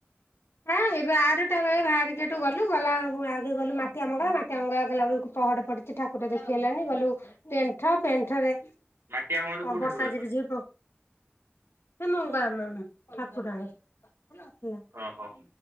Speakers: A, on the left; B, on the right.
A: ହଁ ଏ ବାରଟା ବେଳେ ବାହାରିକି ଏଠୁ ଗଲୁ ଗଲା ବେଳକୁ ଆଗେ ଗଲୁ ମାଟିଆ ମଙ୍ଗଳା ମାଟିଆ ମଙ୍ଗଳା ଗଲା ବେଳକୁ ପହଡ ପଡିି ଠି ଠାକୁର ଦେଖି ହେଲାନି ଗଲୁ ପେଣ୍ଠ ପେଣ୍ଠରେ।
B: ମାଟିଆ ବଣରେ
A: ଅ
B: କୋଉ
A: ବର୍ଷା
B: ଠାକୁର ଅଛନ୍ତି?
A: ଝିପି ଝିପି ପକ ଏ ମୋ ଗା ଆମ ଠାକୁରାଣୀ। ହେଲା
B: ଓହୋ।